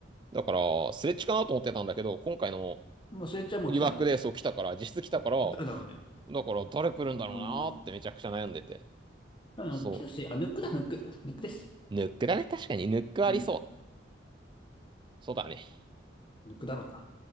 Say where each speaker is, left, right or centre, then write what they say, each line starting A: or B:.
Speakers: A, on the right; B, on the left.
A: だから、スレッチかなと思ってたんだけど、今回の
B: もうスレッジはもう来たもんね。
A: リワークでそう来たから、実質来たから、
B: 誰だろうね。
A: だから誰来るんだろうなーってめちゃくちゃ悩んでて。
B: いやまあ、でも、
A: そ
B: きし、あ、ヌックだ、ヌック。ヌックです。
A: う。ヌックだね。確かにヌックありそう。
B: うん。
A: そうだね。
B: ヌックだろうな。